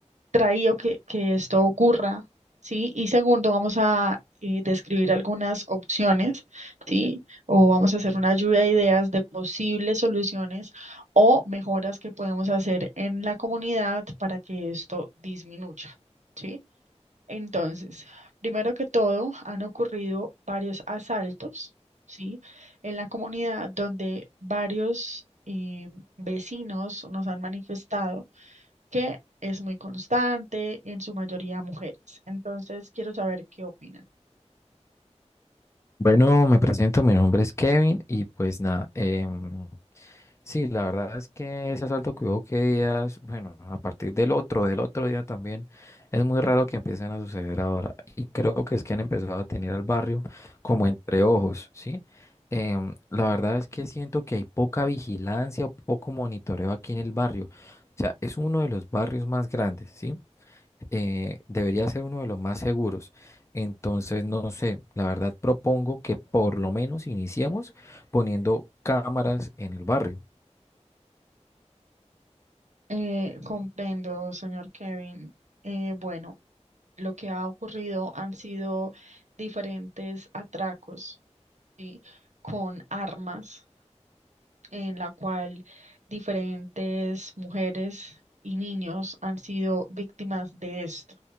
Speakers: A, on the right (about 85°); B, on the left (about 25°).
A: traído que, que esto ocurra, ¿sí? Y segundo, vamos a eh, describir algunas opciones, ¿sí? O vamos a hacer una lluvia de ideas de posibles soluciones o mejoras que podemos hacer en la comunidad para que esto disminuya, ¿sí? Entonces, primero que todo, han ocurrido varios asaltos, ¿sí? En la comunidad donde varios eh, vecinos nos han manifestado que es muy constante, en su mayoría mujeres. Entonces, quiero saber qué opinan.
B: Bueno, me presento, mi nombre es Kevin y pues nada, em, sí, la verdad es que ese asalto que hubo que días, bueno, a partir del otro, del otro día también, es muy raro que empiecen a suceder ahora y creo que es que han empezado a tener al barrio como entre ojos, ¿sí? Em, la verdad es que siento que hay poca vigilancia, poco monitoreo aquí en el barrio, o sea, es uno de los barrios más grandes, ¿sí? eh, debería ser uno de los más seguros. Entonces, no sé, la verdad propongo que por lo menos iniciemos poniendo cámaras en el barrio.
A: Eh, comprendo, señor Kevin. Eh, bueno, lo que ha ocurrido han sido diferentes atracos, ¿sí? Con armas en la cual diferentes mujeres y niños han sido víctimas de esto,